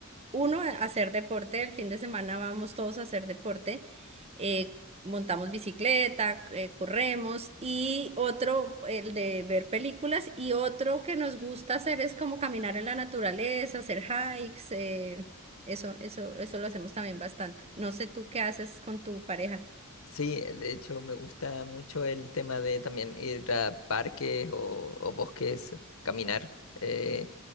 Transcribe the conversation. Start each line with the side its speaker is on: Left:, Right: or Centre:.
Right: uno, hacer deporte, el fin de semana vamos todos a hacer deporte, eh, montamos bicicleta, eh, corremos y otro, el de ver películas y otro que nos gusta hacer es como caminar en la naturaleza, hacer hikes, eh, eso, eso, eso lo hacemos también bastante. No sé tú qué haces con tu pareja.
Left: Sí, de hecho me gusta mucho el tema de también ir a parques o, o bosques, caminar. Eh,